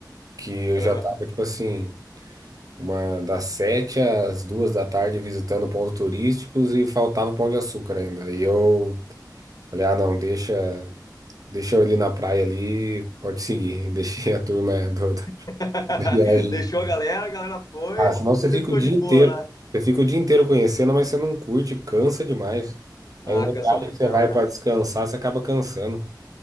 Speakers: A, on the right; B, on the left.
A: Que eu
B: né?
A: já tava, tipo assim, uma, das sete às duas da tarde visitando pontos turísticos e faltava Pão de Açúcar ainda. E eu falei, ah, não, deixa, deixa eu ali na praia ali, pode seguir. <laughs> Deixei a turma do, do-
B: <laughs>
A: da viagem
B: Deixou a galera, a galera foi,
A: Ah, senão você
B: você
A: fica
B: ficou
A: o dia
B: de
A: inteiro.
B: boa lá.
A: Você fica o dia inteiro conhecendo, mas você não curte, cansa demais. Aí
B: Ah,
A: uma
B: cansa
A: viagem
B: muito
A: que você
B: mesmo,
A: vai
B: cara.
A: para descansar, você acaba cansando.